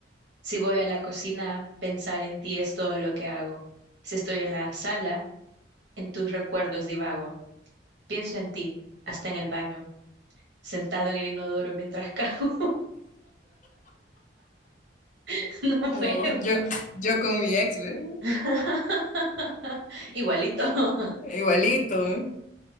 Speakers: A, on the right; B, on the left.
A: Si voy a la cocina, pensar en ti es todo lo que hago. Si estoy en la sala, en tus recuerdos divago. Pienso en ti, hasta en el baño, sentado en el inodoro mientras cago. <laughs> No
B: No,
A: puedo.
B: yo, yo con mi ex, ¿ve?
A: <laughs> Igualito. <laughs>
B: Igualito, ¿eh?